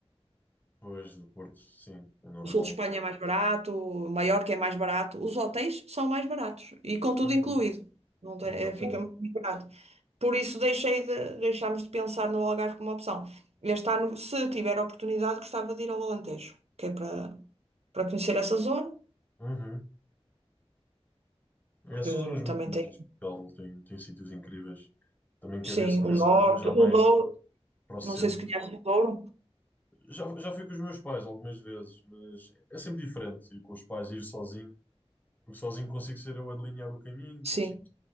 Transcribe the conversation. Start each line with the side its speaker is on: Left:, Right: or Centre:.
Left: Pois, do Porto, sim, é normal.
Right: O sul de Espanha é mais barato, Maiorca é mais barato, os hotéis são mais baratos e com tudo
Left: Uhum,
Right: incluído. Não tem-
Left: exatamente.
Right: é, fica muito mais barato. Por isso deixei de, deixámos de pensar no Algarve como opção. Este ano, se tiver oportunidade, gostava de ir ao Alentejo, que é para, para conhecer essa zona
Left: Uhum. É, são
Right: que
Left: zonas muito
Right: também
Left: bonitas.
Right: tem,
Left: Portugal tem, tem sítios incríveis. Também quer
Right: sim,
Left: ver se começo
Right: o norte,
Left: a viajar
Right: o
Left: mais
Right: Douro,
Left: para, para o centro.
Right: não sei se conhece o Douro,
Left: Já, já fui com os meus pais algumas vezes, mas é sempre diferente ir com os pais, ir sozinho, porque sozinho consigo ser eu a delinear o caminho,
Right: sim,
Left: consigo